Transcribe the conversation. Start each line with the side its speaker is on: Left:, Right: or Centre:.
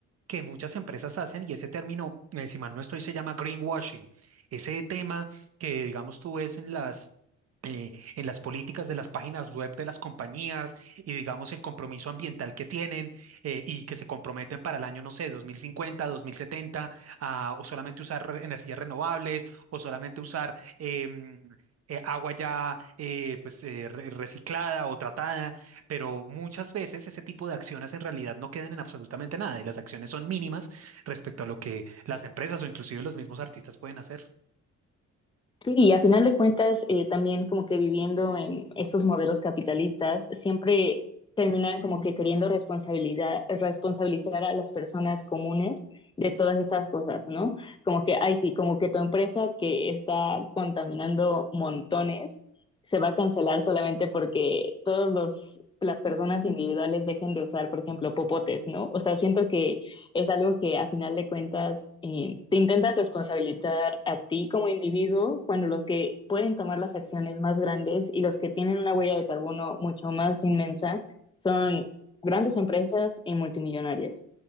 Right: que muchas empresas hacen, y ese término, eh, si mal no estoy, se llama greenwashing. Ese tema que, digamos, tú ves en las, eh, en las políticas de las páginas web de las compañías y, digamos, el compromiso ambiental que tienen eh, y que se comprometen para el año, no sé, dos dos mil cincuenta dos mil setenta a, o solamente usar re- energías renovables o solamente usar... em, eh, agua ya eh, pues, eh, re- reciclada o tratada pero muchas veces ese tipo de acciones en realidad no quedan en absolutamente nada y las acciones son mínimas respecto a lo que las empresas o inclusive los mismos artistas pueden hacer.
Left: Sí, y a final de cuentas, eh, también como que viviendo en estos modelos capitalistas, siempre terminan como que queriendo responsabilidad, responsabilizar a las personas comunes de todas estas cosas, ¿no? Como que, ay, sí, como que tu empresa que está contaminando montones se va a cancelar solamente porque todos los las personas individuales dejen de usar, por ejemplo, popotes, ¿no? O sea, siento que es algo que a final de cuentas eh, te intentan responsabilizar a ti como individuo cuando los que pueden tomar las acciones más grandes y los que tienen una huella de carbono mucho más inmensa son grandes empresas y multimillonarios.